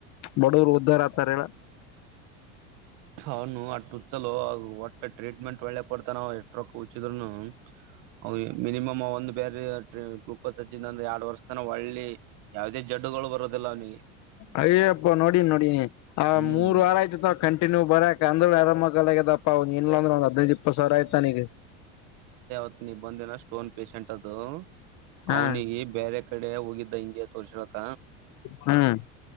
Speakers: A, on the left; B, on the right.
A: ಬಡವರು ಉದ್ದಾರ ಆತಾರ ಹೇಳ
B: ಅವನು ಅಟ್ಟ ಹಚ್ಚಲು ಒಟ್ಟ ಟ್ರೀಟ್ಮೆಂಟ್ ಒಳ್ಳೆ ಕೊಡ್ತಾನ ಎಷ್ಟ ರಕ್ಕ ಹುಚ್ಚಿದ್ರುನು ಅವ್ರ ಮಿನಿಮಮ್ ಒಂದ್ ಬೇರೆ ಗ್ಲೂಕೋಸ್ ಹಜ ಒಂದ ಎರಡ್ ವರ್ಷ ತನ ಒಳ್ಳಿ ಯಾವುದೇ ಜಡ್ಡುಗಳು ಬರದಿಲ್ಲ ಅವ್ನಿಗೆ
A: ಅಯ್ಯಪ್ಪ ನೋಡಿನಿ ನೋಡನಿ ಆ
B: ಹ್ಮ್
A: ಮೂರ್ ವಾರ ಆಯ್ತು ಕಂಟಿನ್ಯ ನೀ್ ಬರಾಕ ಅಂದ್ರಿ ಆರಾಮಕ್ಕಾಲ ಆಗದಪ್ಪಾ ಒ ಇಲ್ಲಂದ್ರ ಒಂದ್ ಹದ್ಿನೈದು್ ಇಪ್ಪತ್ತು ಸಾವರ ಆಕ್ ನನಿಗೆ
B: ನೀಗ್ ಬಂದಿಲ್ಲ ಸ್ಟೋನ್ ಪೇಷೆಂಟ್ ಅದು
A: ಹಾ
B: ಅವ್ನಿಿಗೆ ಬೇರೆ ಕಡೆ ಹೋಗಿದ್ದ ಹಿಂಗೆ ತೋಸ್ಕಾಳಕ
A: <inaudible> ಹ್ಮ್